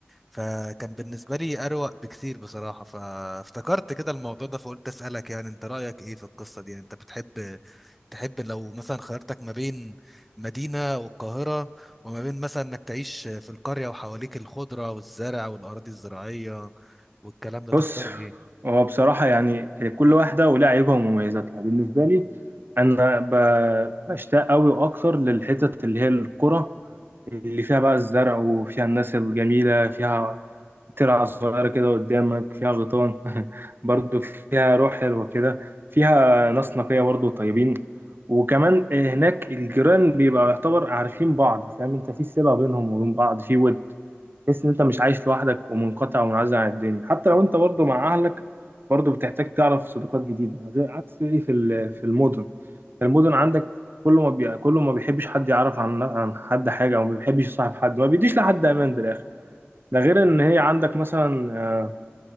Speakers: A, in the centre; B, on the right (about 60°).
A: فكان بالنسبة لي أروق بكتير بصراحة فافتكرت كده الموضوع ده فقلت أسألك يعني أنت رأيك إيه في القصة دي يعني أنت بتحب تحب لو مثلا خيرتك ما بين مدينة والقاهرة وما بين مثلا إنك تعيش في القرية وحواليك الخضرة والزرع والأراضي الزراعية والكلام ده
B: بص
A: تختار إيه؟
B: هو بصراحة يعني كل واحدة ولها عيوبها ومميزاتها بالنسبة لي أنا ب- بشتاق أوي وأكتر للحتت اللي هي القرى اللي فيها بقى الزرع وفيها الناس الجميلة فيها ترعة صغيرة كده قدامك فيها غيطان <laughs> برضو فيها روح حلوة كده فيها ناس نقية برضو طيبين وكمان هناك الجيران بيبقى يعتبر عارفين بعض فاهم انت في صلة بينهم وبين بعض في ود تحس ان انت مش عايش لوحدك ومنقطع ومنعزل عن الدنيا حتى لو انت برضو مع اهلك برضو بتحتاج تعرف صداقات جديده غير عكس ايه في ال- في المدن المدن عندك كله ما بي... كله ما بيحبش حد يعرف عن عن حد حاجه او ما بيحبش يصاحب حد ما بيديش لحد امان بالاخر ده غير ان هي عندك مثلا آه،